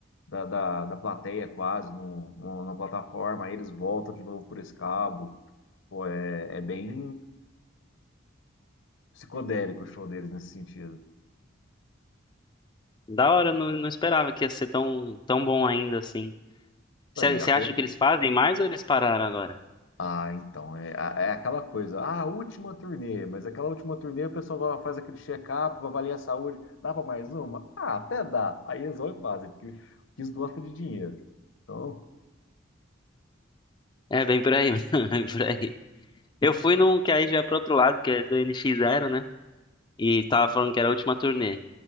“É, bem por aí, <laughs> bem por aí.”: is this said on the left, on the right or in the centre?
Left